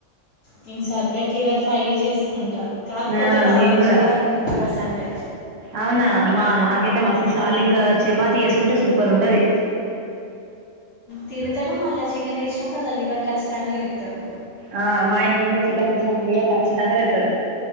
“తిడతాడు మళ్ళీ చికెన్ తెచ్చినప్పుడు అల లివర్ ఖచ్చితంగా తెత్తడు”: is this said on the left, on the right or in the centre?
Left